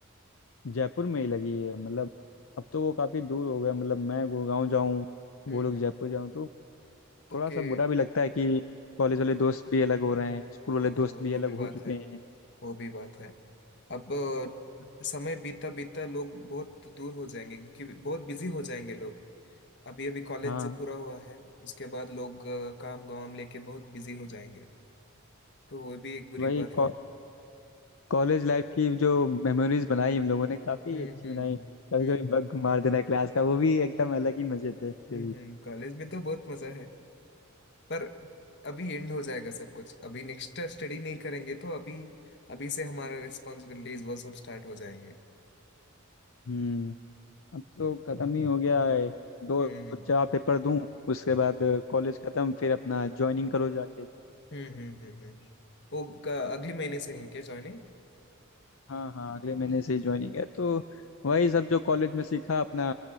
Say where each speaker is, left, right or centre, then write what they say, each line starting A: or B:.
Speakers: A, on the left; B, on the left.
A: जयपुर में ही लगी है मतलब अब तो वो काफ़ी दूर हो गया मतलब मैं गुड़गांव जाऊँ
B: हम्म
A: वो लोग
B: हम्म
A: जयपुर
B: हम्म।
A: जाऊँ तो
B: ओके
A: थोड़ा सा बुरा भी लगता है कि कॉलेज वाले
B: हाँ
A: दोस्त भी अलग हो रहे हैं स्कूल
B: हाँ
A: वाले दोस्त
B: हाँ
A: भी
B: वो
A: अलग
B: भी बात
A: हो चुके
B: है
A: हैं
B: वो भी बात है अब अ, समय बीतता बीतता लोग बहुत दूर हो जाएंगे क्योंकि बहुत बिजी हो जाएंगे लोग अभी अभी कॉलेज
A: हाँ
B: जब पूरा हुआ है उसके बाद लोग अ, काम वाम लेके बहुत बिजी हो जाएंगे तो वो भी एक बुरी
A: तो भाई
B: बात
A: कॉ,
B: है
A: कॉलेज लाइफ की जो मेमोरीज बनाई हम लोगों ने काफ़ी
B: हम्म
A: अच्छी
B: हम्म
A: बनाई कभी
B: हम्म
A: कभी
B: हम्म
A: बग मार देना क्लास का वो भी एकदम अलग ही मज़े थे
B: हम्म
A: उसके भी
B: हम्म कॉलेज में तो बहुत मजा है पर अभी एंड हो जाएगा सब कुछ अभी नेक्स्ट स्टडी नहीं करेंगे तो अभी अभी से हमारा रिस्पॉन्सिबिलिटीज वो सब स्टार्ट हो जाएंगे
A: हम्म अब तो ख़त्म ही हो गया है दो
B: हम्म
A: चार पेपर दूं उसके
B: हम्म
A: बाद कॉलेज ख़त्म फिर अपना ज्वाइनिंग करो जाके
B: हम्म हम्म हम्म हम्म, हम्म। हम्म। वो क- अगले महीने से है क्या ज्वाइनिंग
A: हाँ हाँ अगले महीने से ही ज्वाइनिंग है तो वही सब जो कॉलेज में सीखा अपना